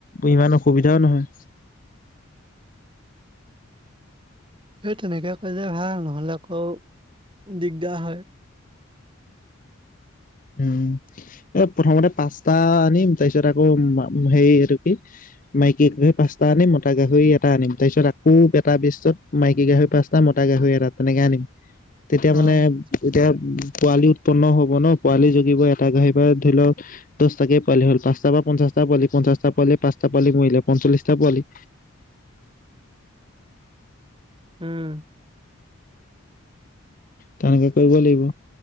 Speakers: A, on the left; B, on the right.
A: ইমান অসুবিধাও নহয়!
B: সেই তেনেকে কৰিলে ভাল। নহলে আকৌ দিগদাৰ হয়।
A: উম, এ প্ৰথমতে পাঁচটা আনিম। তাৰপিছত আকৌ হেই এইটো কি - মাইকী পোৱালি পাঁছটা আনিম। মতা গাহৰি এট - এটা আনিম তাৰ পিছত আকৌ এটা বেষ্টত মাইকী গাহৰি পাঁচটা, মতা গাহৰি এটা তেনেকে আনিম। তেতিয়া
B: অ',
A: মানে এতিয়া পোৱালি উৎপন্ন হব ন পোৱালি জগিব এটা গাহৰি পৰা ধৰি লওক - দচ টাকে পোৱালি হ'ল, পাঁচটা বা পঞ্চাছটা পোৱালি, পঞ্চাশটা পোৱালি পাঁচটা পোৱালি ময়িলে, পঞ্চলিশটা পোৱালি-
B: উম।
A: তেনেকে কৰিব লাগিব।